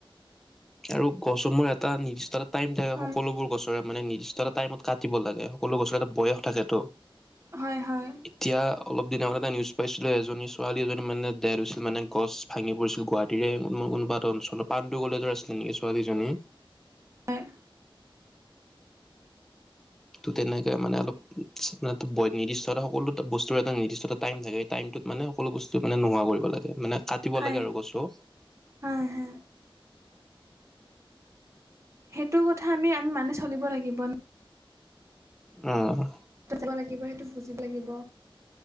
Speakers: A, in the centre; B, on the right (about 30°).
A: আৰু গছসমূহ এটা নিৰ্দিষ্ট এটা টাইম থাকে
B: হয়,
A: সকলোবোৰ গছৰে। মানে নিৰ্দিষ্ট এটা টাইমত কাটিব লাগে, সকলো গছৰ এটা বয়স থাকেটো।
B: হয় হয়।
A: এতিয়া অলপ দিনৰ আগতে এটা নিউজ পাইছিলো এজনী ছোৱালী এজনী মানে দেত হৈছিল মানে গছ- ভাঙি পৰিছিল গুৱাহাটীৰে কোনোবা এটা অঞ্চলত পাণ্ডু কলেজৰ আছিলে নেকি ছোৱালীজনী?
B: হয়।
A: ত' তেনেকে মানে অলপ নিৰ্দিষ্ট এটা বয় নিৰ্দিষ্ট এটা সকলো এটা বস্তুৰ এটা নিৰ্দিষ্ট এটা টাইম থাকে। সেই টাইমটোত মানে সকলো বস্তু মানে নোহোৱা কৰিব লাগে মানে কাটিব
B: হয়,
A: লাগে আৰু গছবোৰ।
B: হয়, হয়। সেইটো কথা আমি আমি মানি চলিব লাগিব ন'?
A: অঁ।
B: তই যাব লাগিব সেইটো বুজিব লাগিব।